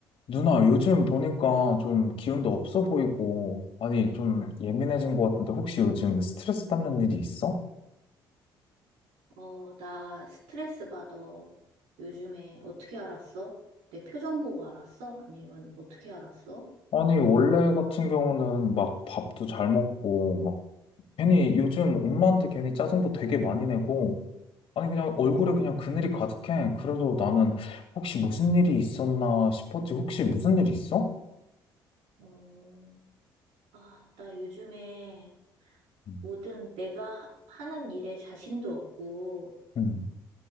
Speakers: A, on the left (about 55°); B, on the right (about 70°).
A: 누나, 요즘 보니까 좀 기운도 없어 보이고, 아니, 좀 예민해진 것 같은데, 혹시 요즘 스트레스 받는 일이 있어?
B: 어, 나 스트레스 받아. 요즘에 어떻게 알았어? 내 표정 보고 알았어? 아니면 어떻게 알았어?
A: 아니, 원래 같은 경우는 막 밥도 잘 먹고, 막 괜히 요즘 엄마한테 괜히 짜증도 되게 많이 내고, 아니, 그냥 얼굴에 그냥 그늘이 가득해. 그래도 나는 혹시 무슨 일이 있었나 싶었지. 혹시 무슨 일이 있어?
B: 어, 아, 나 요즘에
A: 음.
B: 모든 내가 하는 일에 자신도 없고,
A: 음.